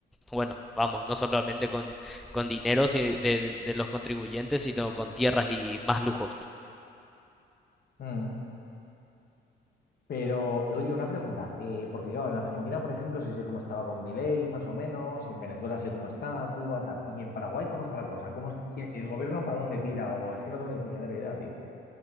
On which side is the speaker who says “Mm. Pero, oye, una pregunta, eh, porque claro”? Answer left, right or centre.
Left